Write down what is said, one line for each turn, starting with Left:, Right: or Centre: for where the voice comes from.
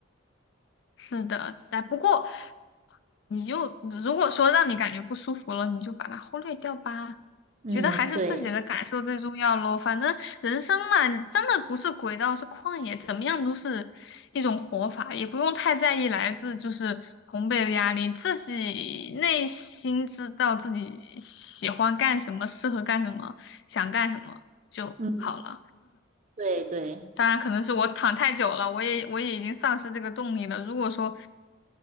Left: 是的，哎，不过你就如果说让你感觉不舒服了，你就把它忽略掉吧。
Right: 嗯，
Left: 觉得还是自己的感受最重要咯。
Right: 对，
Left: 反正人生嘛，真的不是轨道，是旷野，怎么样都是一种活法，也不用太在意来自就是同辈的压力，自己内心知道自己喜欢干什么，适合干什么，想干什么就好了。
Right: 嗯，对对
Left: 当然可能是我躺太久了，我也我也已经丧失这个动力了。如果说